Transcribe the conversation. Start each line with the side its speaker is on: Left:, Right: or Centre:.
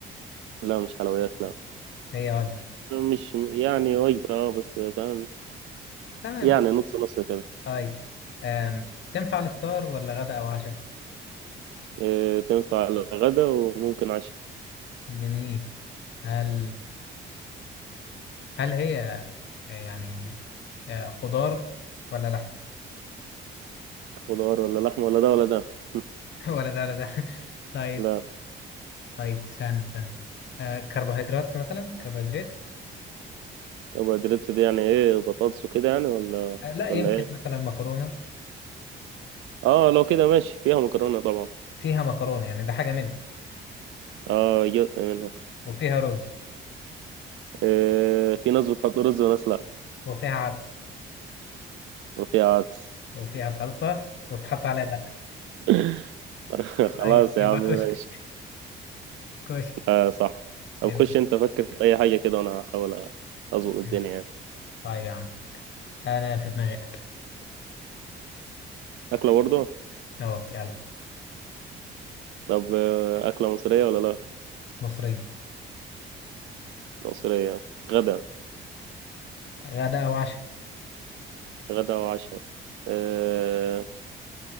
Right: لا مش حلويات لا
Left: هي وجبة
Right: مش يعني وجبة اه بس فاهم
Left: تمام
Right: يعني نص نص كده
Left: طيب آم تنفع الافطار ولا غدا او عشاء
Right: إيه، تنفع الغدا وممكن عشاء
Left: جميل هل هل هي آه، يعني آه خضار ولا لحم
Right: خضار ولا لحم ولا ده ولا ده <laughs>
Left: <laughs> ولا ده ولا ده <laughs> طيب
Right: لا
Left: طيب استنى استنى آه كربوهيدرات مثلا كربوهيدرات
Right: كربوهيدرات دي يعني ايه بطاطس وكده يعني ولا
Left: آه لا يمكن
Right: ولا ايه
Left: مثلا مكرونة
Right: اه لو كده ماشي فيها مكرونة طبعا
Left: فيها مكرونة يعني ده حاجة منها
Right: اه جزء منها
Left: وفيها رز
Right: إيه في ناس بتحط رز وناس لا
Left: وفيها عدس
Right: وفيها عدس
Left: وفيها صلصة وتحط عليها ده
Right: <laughs> خلاص
Left: طيب يبقى
Right: يا عم
Left: كشري
Right: ماشي
Left: كشري
Right: آه صح طب
Left: جميل
Right: خش انت فكر في اي حاجة كده وانا هحاول اظبط الدنيا
Left: مم.
Right: يعني
Left: طيب يا عم أنا في دماغي أكل
Right: اكله برضه
Left: أهو يلا
Right: طب آه، أكلة مصرية ولا لأ؟
Left: مصرية
Right: مصرية غدا
Left: غدا أو عشاء
Right: غدا وعشاء آه